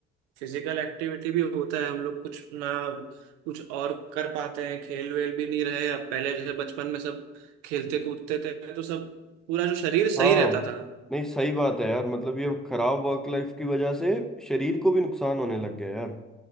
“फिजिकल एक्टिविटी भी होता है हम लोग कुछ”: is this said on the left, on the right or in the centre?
Right